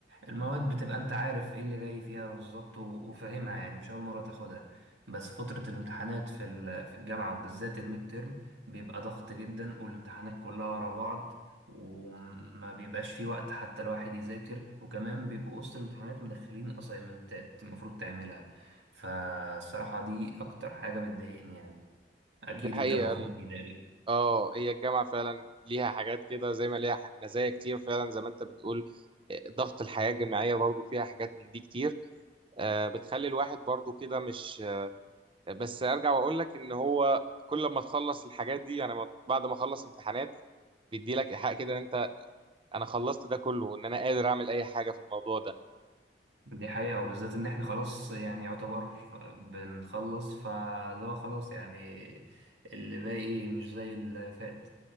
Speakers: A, on the right; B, on the right.
A: المواد بتبقى انت عارف ايه اللي جاي فيها بالظبط و- وفاهمها يعني مش اول مرة تاخدها بس فترة الامتحانات في ال- في الجامعة وبالذات الميد تيرم بيبقى ضغط جدا والامتحانات كلها ورا بعض وما بيبقاش في وقت حتى الواحد يذاكر وكمان بيبقوا وسط الامتحانات مدخلين اسايمنتات المفروض تعملها فالصراحة دي اكتر حاجة بتضايقني يعني اكيد
B: دي حقيقة
A: انت موافقني
B: ال- اه هي الجامعة فعلا ليها حاجات كده زي ما ليها ح- مزايا كتير فعلا زي ما أنت بتقول آه، ضغط الحياة الجامعية برضو فيها حاجات من دي كتير آه، بتخلي الواحد برضو كده مش آه، بس أرجع وأقول لك إن هو كل ما تخلص الحاجات دي يعني ما- بعد ما أخلص امتحانات بيدي لك إيحاء كده إن أنت أنا خلصت ده كله وإن أنا قادر أعمل أي حاجة في الموضوع ده
A: دي حقيقة وبالذات إن إحنا خلاص يعني يعتبر خ- بنخلص فاللي هو خلاص يعني اللي باقي مش زي اللي فات